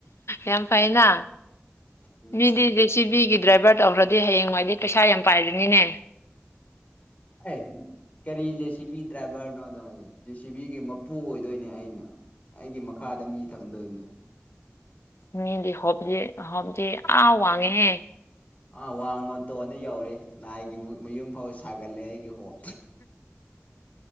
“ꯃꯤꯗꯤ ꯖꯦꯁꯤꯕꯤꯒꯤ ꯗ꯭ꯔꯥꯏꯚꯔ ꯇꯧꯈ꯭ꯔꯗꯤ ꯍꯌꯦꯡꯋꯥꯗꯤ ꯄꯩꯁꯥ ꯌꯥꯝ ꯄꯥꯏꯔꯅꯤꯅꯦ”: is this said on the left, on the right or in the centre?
Left